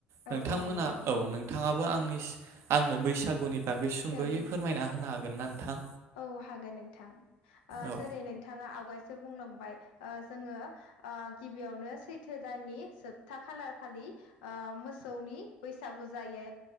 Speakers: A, on the left (about 75°); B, on the right (about 55°).
A: औ
B: नोंथांमोना
A: औ नंगौ नोंथां
B: औ नोंथाङाबो आंनि आंनो बैसागुनि बागै सुंद'यै
A: औ
B: फोरमायना होनो हागोन ना नोंथां?
A: औ हागोन नोंथां। ओ
B: औ
A: जेरै नोंथाङा आवगायसो बुंलांबाय ओ जोङो गिबियावनो सैथो दाननि जोबथा खालार खालि ओ मोसौनि बैसागु जायो